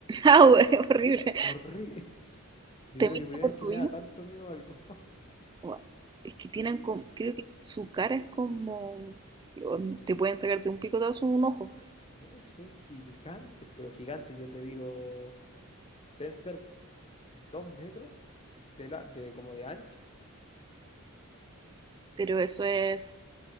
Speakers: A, on the right; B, on the left.
A: Ah, hue- horrible.
B: horrible. <laughs> Yo
A: ¿Te
B: creo que
A: viste
B: primera
A: por
B: vez que
A: tu
B: me
A: vida?
B: da tanto miedo algo. <laughs>
A: Wow. Es que tienen como,
B: So-
A: creo que su cara es como, o te pueden sacar de un picotazo un ojo,
B: No, y son gigantes, pero gigantes, yo te digo, deben ser dos metros de, la, de como de ancho
A: pero eso es